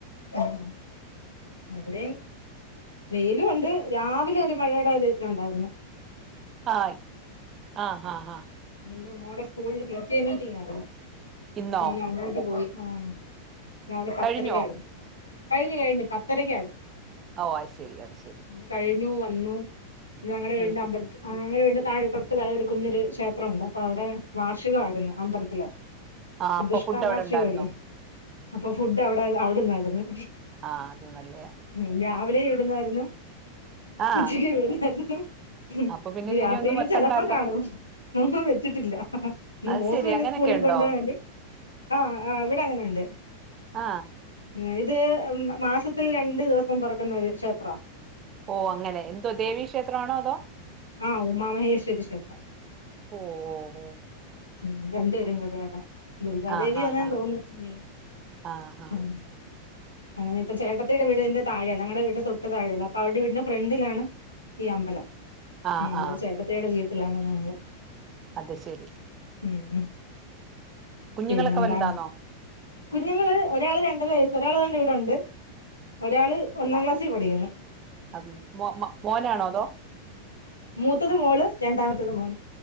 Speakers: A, on the left (about 85°); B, on the right (about 30°).
A: ഉം ഇ വിടെ യും വെലുണ്ട് രാവിലെ ഒരു മയെടെ ഒരു തുണ്ടായിരുന്നു
B: ആയി ആ ഹ ഹ ഹ
A: ഇന്ന് മോടെ സ്കൂളില് പി ടി എ മീറ്റിംഗ് ആയിരുന്നു
B: ഇന്നോ
A: അ ങ്ങനെ അങ്ങോട്ട് പോയി ആ രാവിലെ പത്തരക്കായിരുന്ന്
B: കഴിഞ്ഞോ?
A: കഴിഞ്ഞ് കഴിഞ്ഞ് പത്തരക്കായിരുന്ന്
B: ഓ അ ശരി അത് ശരി
A: അങ്ങനെ കഴിഞ്ഞു വന്നു ഞങ്ങടെ വീട്ടിന്റെ
B: ഉം.
A: അമ്പലത്തിൽ ആ ഞങ്ങടെ വീടിന്റെ താഴെ തൊട്ട് താഴെ ഒരു കുഞ്ഞരു ക്ഷേ ത്രം ഉണ്ട് പ്പൊവടെ വാർഷികയിരുന്നു അമ്പരത്തിലെ
B: ആ
A: പ്രതിഷ്ഠ
B: അപ്പൊ ഫുഡ് അവിടെ
A: വാർഷികല്ലേ
B: ഉണ്ടായിരുന്നോ
A: അപ്പൊ ഫുഡ് എവട അവടന്നായിരുന്നു
B: ആ അത് നല്ലയാ
A: ഉം രാവിലെ ഇവിടുന്നായിരുന്നു
B: ആ
A: ഉച്ചക്ക് ഇവിടുന്നായിരുന്നു ഉം ഇ
B: അപ്പൊ പിന്നെ
A: നി രാത്രില്
B: ഇനി ഒന്നും വെക്കണ്ടല്ലോ
A: ചെലപ്പം കാണും ഉം വെച്ചിട്ടില്ല പിന്നെ
B: അത്
A: മോക്ക്
B: ശരി
A: പിന്നെ
B: അങ്ങനെയൊക്കെ
A: സ്കൂളിൽ
B: ഉണ്ടോ
A: കൊണ്ട് പോകാൻ വേണ്ടി ആ ആ ഇവി ടെ അങ്ങനെണ്ട്
B: ആ
A: ഉം ഇത് മാസത്തിൽ രണ്ടു ദിവസം തൊറക്കുന്നരു ക്ഷേത്രാ
B: ഓ അങ്ങനെ എന്തോ ദേവീക്ഷേത്രണോ അതോ
A: ആ ഉമാമഹേശ്വരീ ക്ഷേത്രം
B: ഓ ഓ ഓ
A: ഉം രണ്ടുപേരും കൂടെയുള്ള ദുർഗാദേവിയ
B: ആ ഹാ
A: ന്നാ
B: ഹാ
A: തോന്നുന്ന ലക്ഷ്മി
B: ആ ഹാ
A: ഉം അങ്ങനെപ്പം ചേട്ടത്തിടെ വീടിന്റെ താഴെഞങ്ങടെ വീട്ട തൊട്ട താഴെല്ല അപ്പൊ അവർടെ വീടിന്റെ ഫ്രണ്ടിലാണ് ഈ അമ്പലം
B: ആ
A: ഉം പ്പൊ
B: ആ
A: ചേട്ടത്തിടെ വീട്ടിലാണ് ഞങ്ങള്
B: അത്ശരി
A: ഉം
B: കുഞ്ഞുങ്ങളൊക്കെ
A: പിന്നെന്താണ്
B: വലുതാന്നോ
A: കുഞ്ഞുങ്ങള് ഒരാള് രണ്ടര വയസ്സ് ഒരാള് ണ്ട് ഇവിടെണ്ട് ഒരാള് ഒന്നാം ക്ലാസ്സി പഠികിണ്
B: അ മോ മോനാണോ അതോ
A: മൂത്തത് മോള് രണ്ടാമത്തത് മോന്